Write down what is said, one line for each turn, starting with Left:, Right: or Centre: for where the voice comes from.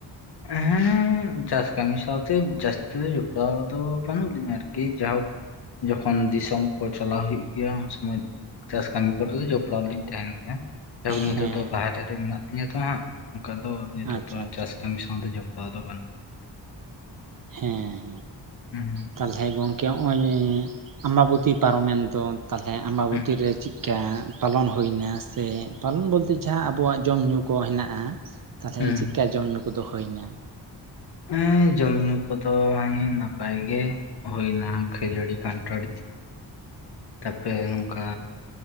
Left: <unintelligible> ᱪᱟᱥ ᱠᱟᱹᱢᱤ ᱥᱟᱶᱛᱮ ᱡᱟᱹᱥᱛᱤ ᱫᱚ ᱡᱚᱯᱲᱟᱣ ᱫᱚ ᱵᱟᱹᱱᱩᱜ ᱞᱤᱧᱟ ᱟᱨᱠᱤ, ᱡᱟᱭᱦᱳᱠ ᱡᱚᱠᱷᱚᱱ ᱫᱤᱥᱚᱢ ᱠᱚ ᱪᱟᱞᱟᱣ ᱦᱩᱭᱩᱜ ᱜᱮᱭᱟ ᱩᱱ ᱥᱚᱢᱚᱭ ᱪᱟᱥ ᱠᱟᱹᱢᱤ ᱠᱚᱨᱮ ᱫᱚ ᱡᱚᱯᱲᱟᱣ ᱞᱤᱧ ᱛᱟᱦᱮᱱ ᱜᱮᱭᱟ᱾ ᱡᱟᱭᱦᱳᱠ ᱱᱤᱛᱚᱜ
Right: ᱦᱮᱸ
Left: ᱫᱚ ᱵᱟᱨᱮ ᱨᱮ ᱢᱮᱱᱟᱜ ᱞᱤᱧᱟ ᱛᱚ ᱦᱟᱸᱜ ᱚᱱᱠᱟ ᱫᱚ ᱱᱤᱛᱚᱜ
Right: ᱟᱪᱪᱷᱟ
Left: ᱫᱚ
Right: ᱟᱪᱪᱷᱟ
Left: ᱪᱟᱥ ᱠᱟᱢᱤ ᱥᱟᱶᱛᱮ ᱡᱚᱯᱲᱟᱣ ᱫᱚ ᱵᱟᱹᱱᱩᱜ ᱞᱤᱧᱟ ᱾
Right: ᱦᱮᱸ
Left: ᱦᱩᱸ
Right: ᱛᱟᱦᱚᱞᱮ ᱜᱚᱢᱠᱮ ᱱᱚᱜᱼᱚᱭ ᱟᱢᱵᱟᱵᱩᱛᱤ ᱯᱟᱨᱚᱢᱮᱱ ᱫᱚ ᱛᱟᱦᱚᱞᱮ ᱟᱢᱵᱟᱵᱚᱛᱤᱨᱮ
Left: ᱦᱩᱸ
Right: ᱪᱮᱫ ᱪᱠᱟ ᱯᱟᱞᱚᱱ ᱦᱩᱭᱱᱟ ᱥᱮ ᱯᱟᱞᱚᱱ ᱵᱚᱞᱛᱮ ᱡᱟᱦᱟᱸ ᱟᱵᱚᱣᱟᱜ ᱡᱚᱢᱼᱧᱩ ᱠᱚ ᱦᱮᱱᱟᱜᱼᱟ, ᱛᱟᱦᱚᱞᱮ
Left: ᱦᱩᱸ
Right: ᱪᱮᱫᱠᱟ ᱡᱚᱢ ᱧᱩᱩ ᱠᱚ ᱫᱚᱦᱚᱭᱱᱟ?
Left: ᱦᱮᱸ ᱡᱚᱢ ᱧᱩᱩ ᱠᱚᱫᱚ ᱱᱟᱯᱟᱭ ᱜᱮ ᱦᱩᱭᱱᱟ ᱠᱷᱟᱹᱡᱲᱤ ᱠᱟᱱᱴᱲ ᱛᱟᱯᱨᱮ ᱱᱝᱠᱟ